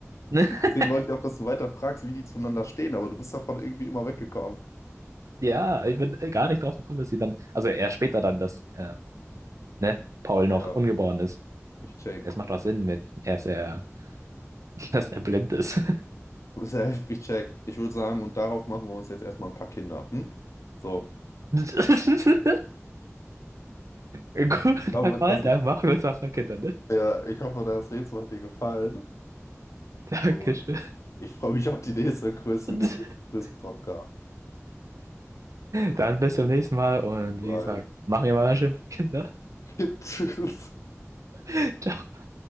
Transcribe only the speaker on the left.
Deswegen wollte ich auch, dass du weiter fragst, wie die zueinander stehen, aber du bist davon irgendwie immer weggekommen.
Ja,
ich check.
<laughs> Safe, ich check. Ich würde sagen, und darauf machen wir uns jetzt erstmal ein paar Kinder. Hm? So.
hoffe,
das,
ja, ich hoffe, das Rätsel hat dir gefallen.
Und ich freue mich auf die nächste Quiz, den
nächsten Quiz-Podcast
rein.
<laughs> Tschüss.